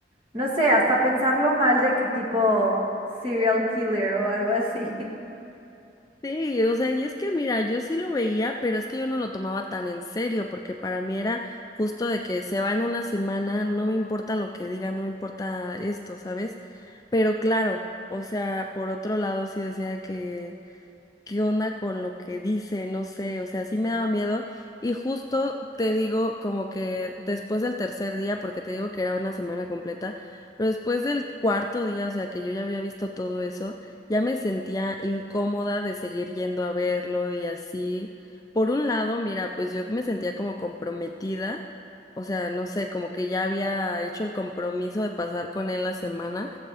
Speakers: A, on the right; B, on the left.
A: no sé, hasta pensarlo mal de que tipo serial killer o algo así. <laughs>
B: Sí, o sea, y es que mira, yo sí lo veía, pero es que yo no lo tomaba tan en serio, porque para mí era justo de que se va en una semana, no me importa lo que diga, no me importa esto, ¿sabes? Pero claro, o sea, por otro lado sí decía de que qué onda con lo que dice, no sé, o sea, sí me daba miedo. Y justo te digo como que después del tercer día, porque te digo que era una semana completa, pero después del cuarto día, o sea, que yo ya había visto todo eso, ya me sentía incómoda de seguir yendo a verlo y así. Por un lado, mira, pues yo me sentía como comprometida, o sea, no sé, como que ya había hecho el compromiso de pasar con él la semana